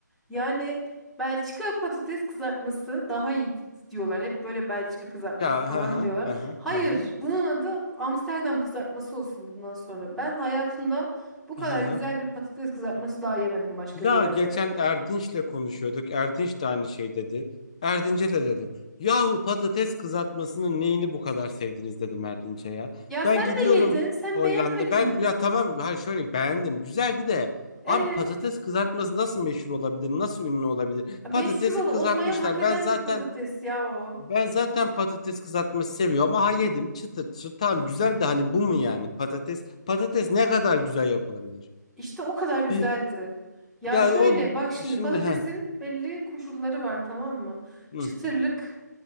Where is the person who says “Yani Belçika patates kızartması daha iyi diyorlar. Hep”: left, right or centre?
Centre